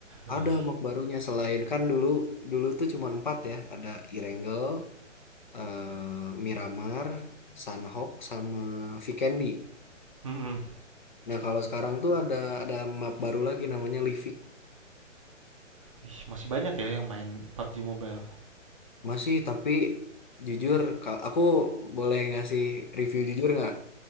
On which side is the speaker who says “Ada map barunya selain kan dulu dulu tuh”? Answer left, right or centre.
Left